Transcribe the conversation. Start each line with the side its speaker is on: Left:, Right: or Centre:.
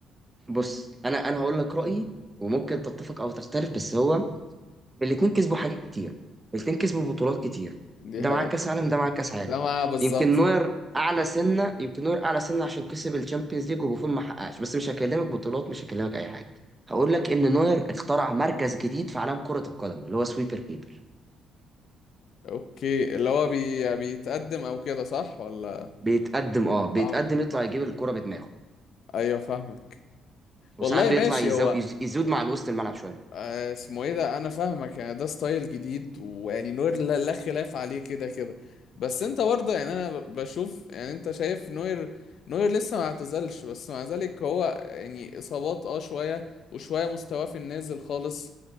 Right: بص انا انا هقول لك
Left: <laughs>
Right: رأيي وممكن تتفق او تختلف بس هو الاتنين كسبوا حاجات كتير الاتنين كسبوا بطولات كتير
Left: دي
Right: ده
Left: حقيقة
Right: معاه كاس عالم ده معاه كاس عالم
Left: ده ما بالظبط
Right: يمكن نوير اعلى سنه يمكن نوير اعلى سنه عشان كسب الشامبيونز ليج وبوفون ما حققش بس مش هكلمك بطولات مش هكلمك اي حاجه هقول لك ان نوير اخترع مركز جديد في عالم كره القدم اللي هو سويبر كيبر
Left: اوكي اللي هو بي... بيتقدم او كده صح ولا
Right: بيتقدم اه بيتقدم
Left: اه
Right: يطلع يجيب الكره بدماغه
Left: ايوه فاهمك والله
Right: وساعات بيطلع
Left: ماشي
Right: يزو...
Left: هو
Right: يز- يزود مع الوسط الملعب شويه
Left: آه، اسمه ايه ده انا فاهمك يعني ده ستايل جديد ويعني نوير لا, لا خلاف عليه كده كده بس انت برضه يعني انا بشوف يعني انت شايف نوير نوير لسه ما اعتزلش بس مع ذلك هو يعني اصابات اه شوية وشوية مستواه في النازل خالص